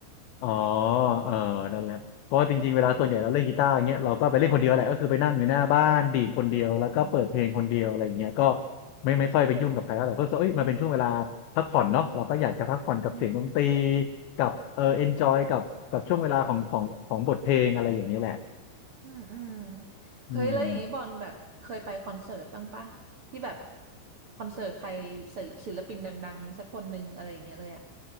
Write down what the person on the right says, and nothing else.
อืม
อืม
อืมอืม
เฮ้ยแล้วอย่างนี้บอลแบบเคยไปคอนเสิร์ตบ้างปะที่แบบคอนเสิร์ตใครศิลปินดังๆสักคนหนึ่งอะไรอย่างเงี้ยเลยอะ